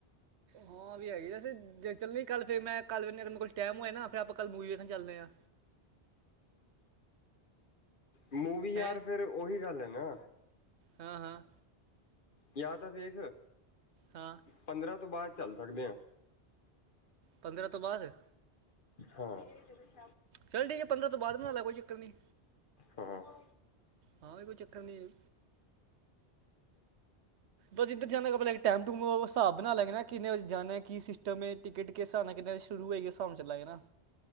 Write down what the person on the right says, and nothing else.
ਹਾਂ ਵੀ ਹੈਗੀ ਵੈਸੇ ਚੱਲੀ ਕੱਲ ਫਿਰ ਮੈਂ ਕੱਲ ਮੇਰੇ ਕੋਲ ਟਾਈਮ ਹੋਇਆ ਨਾ ਫਿਰ ਆਪਾਂ ਕੱਲ ਮੂਵੀ ਵੇਖਣ ਚੱਲਦੇ ਹਾਂ।
ਹੈਂ
ਹਾਂ-ਹਾਂ।
ਹਾਂ
ਪੰਦਰਾਂ ਤੋਂ ਬਾਅਦ
ਚੱਲ ਠੀਕ ਐ, ਪੰਦਰਾਂ ਤੋਂ ਬਾਅਦ ਬਣਾ ਲੈ ਕੋਈ ਚੱਕਰ ਨੀ।
ਹਾਂ ਵੀ ਕੋਈ ਚੱਕਰ ਨਹੀਂ। ਬਸ ਜਿਧਰ ਜਾਣਾ ਆਪਣਾ ਟਾਈਮ ਟੂਮ ਹਿਸਾਬ ਬਣਾ ਲਾ ਨਾ ਕਿੰਨੇ ਵਜੇ ਜਾਣਾ, ਕੀ ਸਿਸਟਮ ਏ। ਟਿਕਟ ਕਿਸ ਹਿਸਾਬ ਨਾਲ ਕਿੰਨੇ ਵਜੇ ਸ਼ੁਰੂ ਹੋਗੇ ਉਸ ਹਿਸਾਬ ਨਾਲ ਚੱਲਾਂਗੇ ਨਾ।